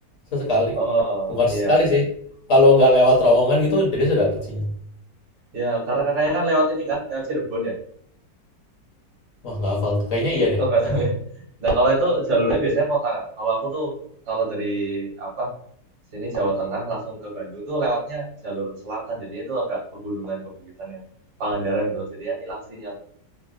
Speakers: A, on the left (about 55°); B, on the right (about 65°).
A: Sesekali.
B: Oh
A: Bukan
B: iya,
A: sesekali sih. Kalau nggak lewat terowongan gitu biasa dapat sinyal.
B: Ya, karena kakaknya kan lewat ini kan, lewat Cirebon ya.
A: Wah nggak hafal tuh. Kayaknya iya deh
B: Lo nggak
A: tapi.
B: tahu ya. Nah, kalau itu jalurnya biasanya kota, Kak. Kalau aku tuh, kalau dari apa sini Jawa Tengah langsung ke Bandung tuh lewatnya jalur selatan. Jadinya itu agak pegunungan, pebukitannya. Pangandaran gitu. Jadinya hilang sinyal.